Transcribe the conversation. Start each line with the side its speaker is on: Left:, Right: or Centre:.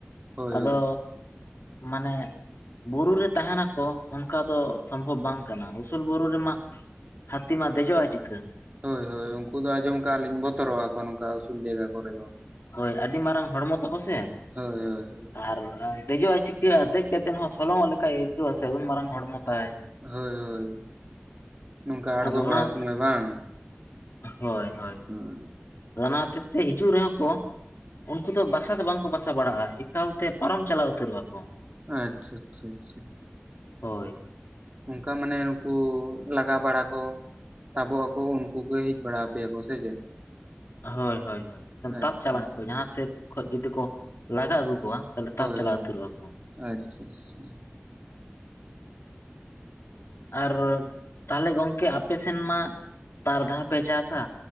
Right: ᱦᱳᱭ
Left: ᱟᱫᱚ
Right: ᱦᱳᱭ
Left: ᱢᱟᱱᱮᱼᱼ ᱵᱩᱨᱩ ᱨᱮ ᱛᱟᱦᱮ ᱱᱟᱠᱚ ᱚᱱᱠᱟ ᱫᱚ ᱥᱚᱢᱵᱷᱚᱵ ᱵᱟᱝ ᱠᱟᱱᱟ ᱩᱥᱩᱞ ᱵᱩᱨᱩ ᱨᱮᱢᱟ, ᱦᱛᱤᱢᱟ ᱫᱽᱫᱮ ᱡᱼᱟ ᱪᱤᱠᱟᱹ?
Right: ᱦᱳᱭ ᱦᱳᱭ ᱩᱱᱠᱩ ᱫᱚ ᱟᱸᱡᱚᱢ ᱠᱟᱜᱼᱟ ᱞᱤᱧ ᱵᱚᱛᱚᱨᱚᱜ ᱟᱠᱚ ᱱᱚᱝᱠᱟ ᱩᱥᱩᱞ ᱡᱟᱭᱜᱟ ᱠᱚᱨᱮ ᱫᱚ᱾
Left: ᱦᱳᱭ ᱟᱹᱰᱤ ᱢᱟᱨᱟᱝ ᱦᱚᱲᱢᱚ ᱛᱟᱠᱚ ᱥᱮ
Right: ᱦᱳᱭ ᱦᱳᱭ ᱦᱳᱭ,
Left: ᱟᱨ ᱫᱮᱡᱚᱜᱟᱭ ᱪᱤᱠᱟᱹᱜᱼᱟ ᱫᱮᱡ ᱠᱟᱛᱮᱮᱫ ᱦᱚᱸ ᱥᱚᱞᱚᱝᱚᱜ ᱞᱮᱠᱟᱭ ᱟᱹᱭᱠᱟᱹᱣᱟ ᱥᱮ ᱩᱱ ᱢᱟᱨᱟᱝ ᱦᱚᱲᱢᱚ ᱛᱟᱭᱼᱼ
Right: ᱦᱳᱭ ᱦᱳᱭ ᱱᱚᱝᱠᱟ ᱟᱬᱜᱚ
Left: ᱟᱫᱚ ᱚᱱᱟ
Right: ᱵᱟᱲᱟ
Left: ᱦᱚᱛᱮᱡ
Right: ᱥᱚᱢᱚᱭ ᱵᱟᱝ
Left: ᱦᱳᱭ ᱦᱳᱭ,
Right: ᱦᱮᱸ
Left: ᱚᱱᱟ ᱦᱚᱛᱤᱨ ᱛᱮ ᱦᱤᱡᱩᱜ ᱨᱮᱦᱚᱸ ᱠᱚ, ᱩᱱᱠᱩ ᱫᱚ ᱵᱟᱥᱟ ᱫᱚ ᱵᱟᱝᱠᱚ ᱵᱟᱥᱟ ᱵᱟᱲᱟᱜᱼᱟ ᱮᱠᱟᱞᱛᱮ ᱯᱟᱨᱚᱢ ᱪᱟᱞᱟᱣ ᱩᱛᱟᱹᱨᱚᱜ ᱟᱠᱚ
Right: ᱟᱪᱪᱷᱟ ᱟᱪᱪᱷᱟ ᱟᱪᱪᱷᱟ᱾
Left: ᱦᱳᱭ᱾
Right: ᱚᱱᱠᱟ ᱢᱟᱱᱮ ᱱᱩᱠᱩ ᱞᱟᱜᱟᱣ ᱵᱟᱲᱟ ᱠᱚ ᱛᱟᱵᱚᱜ ᱟᱠᱚ ᱩᱱᱠᱩ ᱠᱚ ᱦᱮᱡ ᱵᱟᱲᱟ ᱟ ᱯᱮᱭᱟ ᱠᱚ ᱥᱮ ᱪᱮ?
Left: ᱦᱳᱭ ᱦᱳᱭ ᱦᱳᱭ ᱮᱠᱫᱚᱢ
Right: ᱟᱪᱪᱷᱟ
Left: ᱛᱟᱯ ᱪᱟᱞᱟᱜ ᱟᱠᱚ ᱡᱟᱦᱟᱸ ᱥᱮᱫ ᱠᱷᱚᱡ ᱡᱩᱫᱤ ᱠᱚ ᱞᱟᱜᱟ ᱟᱹᱜᱩ ᱠᱚᱣᱟ᱾ ᱛᱟᱦᱞᱮ
Right: ᱦᱳᱭ
Left: ᱛᱟᱯ ᱪᱞᱟ
Right: ᱦᱳᱭ
Left: ᱛᱩᱨ ᱨᱚᱜᱼᱟ ᱠᱚ
Right: ᱟᱪᱪᱷᱟ ᱟᱪᱪᱷᱟ
Left: ᱟᱨ ᱛᱟᱦᱚᱞᱮ ᱜᱚᱝᱠᱮ ᱟᱯ ᱥᱮᱱ ᱢᱟ ᱵᱟᱨ ᱫᱷᱟᱣ ᱯᱮ ᱪᱟ ᱥᱟ